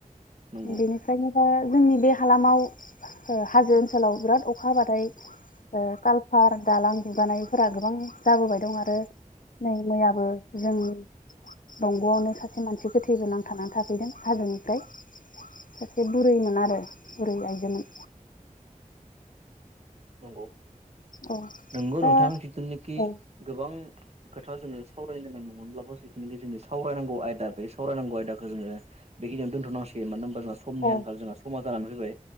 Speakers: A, on the right; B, on the left.
A: नंगौ
B: बेनिफ्रायनो दा जोंनि बे हालामाव ओ हाजो ओनसोलाव बिराद अखा हाबाथाय ओ कालफार दालां दुगानायफोरा गोबां जाबोबाय दं आरो। नै मैयाबो जोंनि दंग'आवनो सासे मानसि गोथैबो नांथानानै थाफैदों हाजोनिफ्राय। सासे बुरैमोन आरो बुरै आइजोमोन।
A: नंगौ
B: औ
A: नंगौ
B: दा
A: नोंथां जिथुनाखि
B: औ
A: गोबां खोथा जोङो सावरायनो गोनां नङामोनब्लाबो जिथुनाखि जोंनि सावरायनांगौ आयदा बे सावरायनांगौ आयदाखो जोङो बेखिनियाव दोनथ'नांसिगोन मानो होन बा जोंहा समनि
B: औ
A: आंखाल जोंहा समा जानानै फैबाय